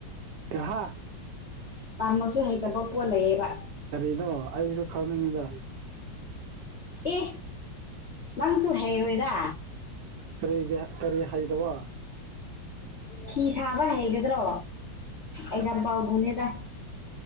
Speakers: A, on the right (about 70°); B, on the left (about 50°).
A: ꯑꯍꯥ
B: ꯇꯥꯝꯃꯁꯨ ꯍꯩꯇꯕ ꯄꯣꯠ ꯂꯩꯑꯦꯕ
A: ꯀꯔꯤꯅꯣ ꯑꯩꯁꯨ ꯈꯪꯅꯤꯡꯉꯤꯗ
B: ꯑꯦ ꯅꯪꯁꯨ ꯍꯩꯔꯣꯏꯗ
A: ꯀꯔꯤꯒꯤ ꯀꯔꯤ ꯍꯥꯏꯗꯕ
B: ꯐꯤ ꯁꯥꯕ ꯍꯩꯒꯗ꯭ꯔꯣ ꯑꯩꯖ ꯄꯥꯎꯗꯨꯅꯦꯗ